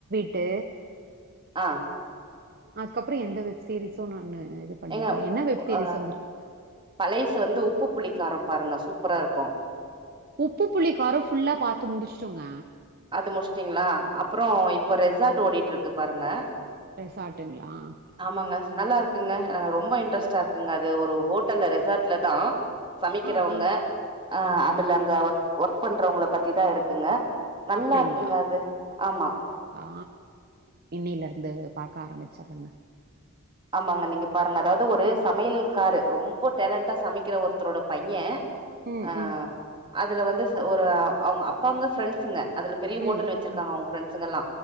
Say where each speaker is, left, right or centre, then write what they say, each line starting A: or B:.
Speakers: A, on the right (about 45°); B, on the right (about 20°).
A: ட்டு
B: ஆ
A: அதுக்கப்றொ எந்த வெப் சீரிஸூ நானு இது பண்ணலங்க.
B: ஏங்க
A: என்ன வெப் சீரிஸ்
B: ஆ
A: வந்திருக்குங்க?
B: பளைஸு வந்து உப்பு புளி காரோ பாருங்க சூப்பரா இருக்கு
A: உப்பு புளி காரோ ஃபுல்லா பாத்து முடிஷ்ட்டோங்க
B: அது முஷ்ட்டிங்களா அப்புறொ இப்ப ரெஸ் சாட் ஓடிட்ருக்கு பாருங்க
A: ரெசார்ட்டுங்களா
B: ஆமாங்க நல்லா இருக்குங்க ஆ ரொம்ப இன்ட்ரெஸ்டா இருக்குங்க அது ஒரு ஹோட்டல்ல ரெசார்ட்ல தா சமைக்கறவங்க
A: ஆ, ஆ,
B: ஆ அதுல அங்க ஒர் ஒர்க் பண்றவங்கள பத்திதா இருக்குங்க நல்லா
A: அப்படிங்களா
B: இருக்குங்க அது ஆமா
A: நல்லா இருக்கா இன்னீலருந்து பாக்க ஆரம்பிச்சறங்க
B: ஆமாங்க நீங்க பாருங்க அதாவது ஒரு சமையல்காரு ரொம்ப டேலண்ட்டா சமைக்குற ஒருத்தரோட பைய்ய
A: ம்
B: ஆ
A: ம்
B: அதுல வந்து ச ஒரு அவுங்க அப்பாங்க ஃப்ரெண்ட்ஸுங்க அதுல பெரிய ஹோட்டல்
A: ம் ம்
B: வெச்சிருக்காங்க
A: ம்
B: அவுங்க ப்ரண்ஸ்ங்கெல்லா